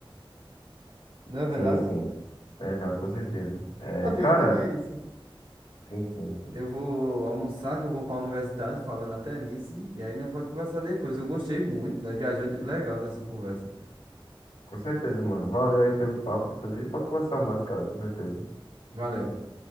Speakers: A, on the right; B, on the left.
A: Não é verdade?
B: Sim, sim. sim. Verdade, com certeza. É,
A: Mano,
B: cara,
A: então é isso.
B: sim, sim, sim.
A: Eu vou almoçar, que eu vou pra universidade, falando até nisso. E aí nós pode conversar depois. Eu gostei muito, nós viajou de- legal nessa conversa.
B: Com certeza, mano. Valeu aí pelo papo. Depois a gente pode conversar mais, cara, com certeza.
A: Valeu.